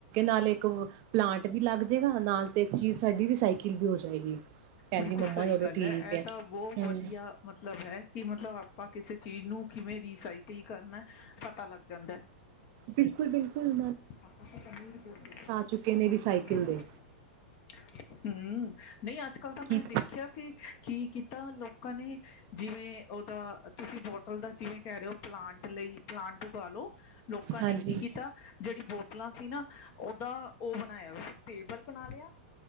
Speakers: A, on the right (about 40°); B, on the left (about 35°).
A: ਨਾਲ ਇੱਕ ਪਲਾਂਟ ਵੀ ਲੱਗ ਜਾਏਗਾ ਨਾਲ ਤੇ ਇੱਕ ਚੀਜ਼ ਸਾਡੀ ਰਸਾਈਕਲ ਵੀ ਹੋ ਜਾਏਗੀ ਕਹਿੰਦੀ
B: ਬਿਲਕੁਲ
A: ਮੰਮਾ
B: ਸਹੀ
A: ਚਲੋ
B: ਗੱਲ
A: ਠੀਕ
B: ਇਹ
A: ਹੈ
B: ਤਾਂ ਬਹੁਤ
A: ਹਮ।
B: ਵਧੀਆ ਮਤਲਬ ਹੈ ਕਿ ਮਤਲਬ ਆਪਾਂ ਕਿਸੇ ਚੀਜ਼ ਨੂੰ ਕਿਵੇਂ ਰੀਸਾਈਕਲ ਕਰਨਾ ਪਤਾ ਲੱਗ ਜਾਂਦਾ ਹੈ।
A: ਬਿਲਕੁਲ-ਬਿਲਕੁਲ
B: ਆਪਾਂ ਤਾਂ
A: ਚੁੱਕੇ ਨੇ ਰਿਸਾਈਕਲ
B: <unintelligible>
A: ਦੇ
B: ਹਾਂ। ਨਹੀਂ ਅੱਜ ਕੱਲ੍ਹ ਤਾਂ
A: ਕਿ
B: ਮੈਂ ਦੇਖਿਆ ਸੀ ਕੀ ਕੀਤਾ ਲੋਕਾਂ ਨੇ ਜਿਵੇਂ ਉਹਦਾ ਤੁਸੀਂ ਬੋਟਲ ਦਾ ਜਿਵੇਂ ਕਹਿ ਰਹੇ ਹੋ ਪਲਾਂਟ ਲਈ ਪਲਾਂਟ ਪਾਲੋ ਲੋਕਾਂ
A: ਹਾਂਜੀ,
B: ਨੇ ਕੀ ਕੀਤਾ ੜੀ ਬੋਤਲਾਂ ਸੀ ਨਾ ਉਹਦਾ ਉਹ ਬਣਾਇਆ ਟੇਬਲ ਬਣਾ ਲਿਆ।